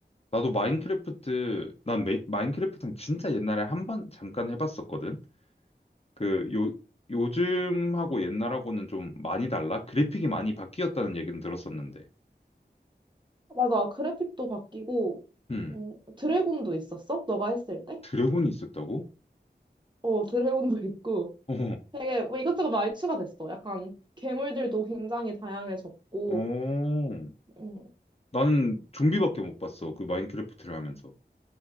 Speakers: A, on the left; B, on the right.
A: 나도 마인크래프트, 난 메, 마인크래프트는 진짜 옛날에 한번 잠깐 해봤었거든. 그, 요, 요즘하고 옛날하고는 좀 많이 달라? 그래픽이 많이 바뀌었다는 얘기는 들었었는데.
B: 맞아, 그래픽도 바뀌고,
A: 음.
B: 음, 드래곤도 있었어? 너가 했을 때?
A: 드래곤이 있었다고?
B: 어, 드래곤도 있고.
A: 어
B: 되게 뭐 이것저것 많이 추가됐어. 약간 괴물들도 굉장히 다양해졌고.
A: 어.
B: 음.
A: 나는 좀비밖에 못 봤어. 그 마인크래프트를 하면서.